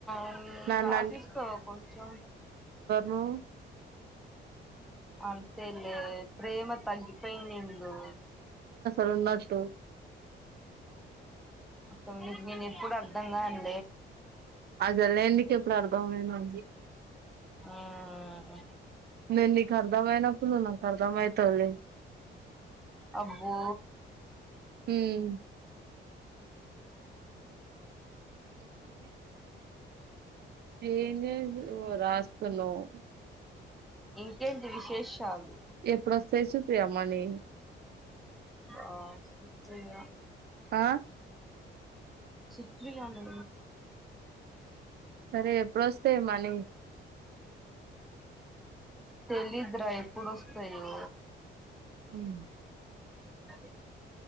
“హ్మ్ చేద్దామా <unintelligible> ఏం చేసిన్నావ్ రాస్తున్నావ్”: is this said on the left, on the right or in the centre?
Right